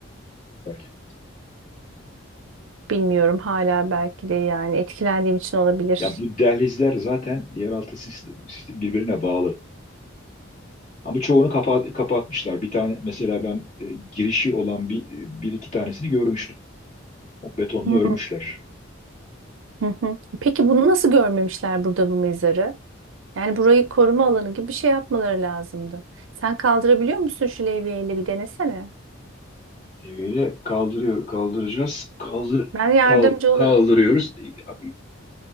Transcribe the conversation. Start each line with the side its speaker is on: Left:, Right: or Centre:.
Left: Fark
Right: bilmiyorum hala belki de yani etkilendiğim için olabilir.
Left: Ya bu dehlizler zaten yeraltı sistemi, sistemi birbirine bağlı. Ama çoğunu kapa- kapatmışlar. Bir tane mesela ben e, girişi olan bir, bir iki tanesini görmüştüm. O betonla
Right: Hı
Left: örmüşler.
Right: hı hı. Peki bunu nasıl görmemişler burada bu mezarı? Yani burayı koruma alanı gibi bir şey yapmaları lazımdı. Sen kaldırabiliyor musun şu levyeyle bir denesene.
Left: E, Böyle kaldırıyor, kaldıracağız. Kaldır,
Right: Ben yardımcı
Left: kal- kaldırıyoruz.
Right: olurum.
Left: E, Abi,